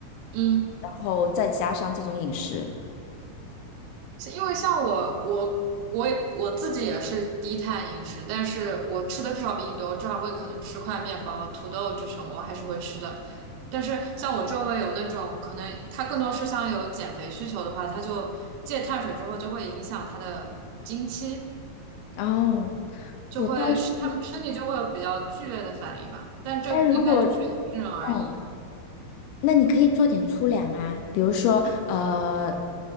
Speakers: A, on the right; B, on the left.
A: 嗯。
B: 然后再加上这种饮食。
A: 是因为像我，我我也我自己也是低碳饮食，但是我吃的至少比你多，至少我也可能吃块面包、土豆这种，我还是会吃的。但是像我周围有那种可能他更多是像有减肥需求的话，他就戒碳水之后就会影响他的经期，
B: 哦，
A: 就会是他们身体就会有比较剧烈的反应吧。
B: 我倒是，
A: 但这应该就是因人而异。
B: 但如果，嗯，那你可以做点粗粮啊，比如说，呃，